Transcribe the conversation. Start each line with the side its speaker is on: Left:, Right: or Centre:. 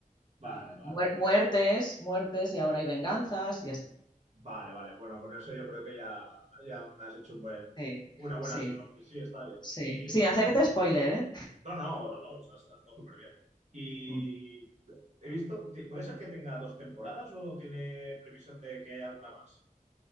Right: Vale, vale,
Left: Muer-
Right: vale.
Left: muertes, muertes y ahora hay venganzas y así.
Right: Vale, vale. Bueno, con eso yo creo que ya, ya me has hecho un buen,
Left: Sí,
Right: una buena
Left: sí,
Right: sinopsis. Sí, está bien.
Left: sí.
Right: Y
Left: Sin hacerte spoiler, ¿eh?
Right: no, no, no, no, o sea, ha, ha estado súper bien. Y
Left: Mm.
Right: he visto, ti- ¿puede ser que tenga dos temporadas o tiene previsión de que haya alguna más?